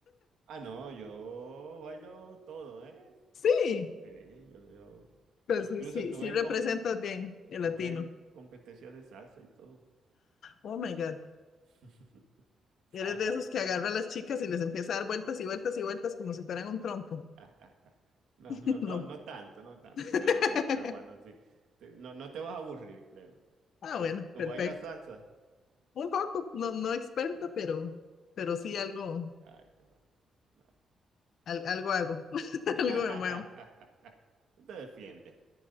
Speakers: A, on the right; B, on the left.
A: Ah, no, yo bailo todo, ¿eh?
B: Sí,
A: Sí, yo, yo.
B: pues
A: Incluso
B: sí, sí,
A: tuve
B: sí
A: en,
B: representas
A: com-
B: bien el
A: tuve
B: latino.
A: en competencias de salsa y todo.
B: Oh my God.
A: <laughs>
B: Eres
A: Ah, está-
B: de esos que agarra a las chicas y les empieza a dar vueltas y vueltas y vueltas como si fueran un trompo.
A: <laughs> No,
B: <laughs>
A: no, no,
B: No
A: no tanto, no tanto,
B: <laughs>
A: pero, pero bueno, sí. Te- no, no te vas a aburrir, créeme.
B: Ah,
A: Pero
B: bueno,
A: tú
B: perfecto.
A: bailas Ok. salsa.
B: Un poco, no, no experta, pero, pero sí algo,
A: Ay, vale, vale.
B: al- algo hago, <laughs>
A: <laughs>
B: algo me muevo.
A: Tú te defiendes.